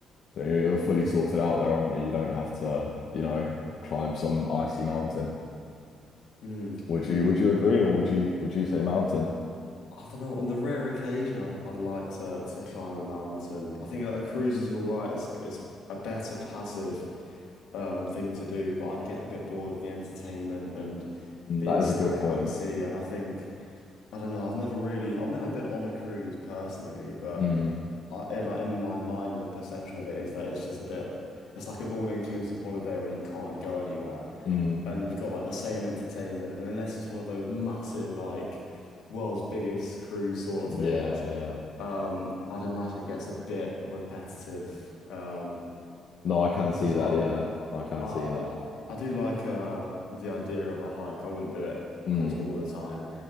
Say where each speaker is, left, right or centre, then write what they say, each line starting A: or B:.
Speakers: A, on the left (about 60°); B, on the left (about 85°).
A: you know, you're fully sorted out there, aren't you? You don't have to, you know, climb some icy mountain.
B: Mm,
A: Would
B: mm.
A: you would you agree or would you would you say mountain?
B: I don't know. On the rare occasion, I'd I'd like to to climb a mountain. I think a, a cruise is all right. It's it's a better passive um thing to do, but I'd get a bit bored of the entertainment and
A: Mm,
B: being
A: That is
B: stuck
A: a good point.
B: out at sea. And I think I don't know. I've never really I've never been on a cruise personally, but
A: Mm,
B: I, it, like in my mind, the perception of it is that it's just a bit. It's like an all-inclusive holiday where you can't go anywhere
A: mm,
B: and you've got like the same entertainment, and unless it's one of those massive like world's biggest cruise sort of things,
A: yeah, yeah.
B: um, I'd imagine it gets a bit repetitive. Um,
A: No, I can see
B: and so
A: that.
B: I,
A: Yeah,
B: don't know.
A: I can
B: I
A: see that.
B: I I do like uh the idea of a hike. I wouldn't do it, of
A: Mm,
B: course, all the time,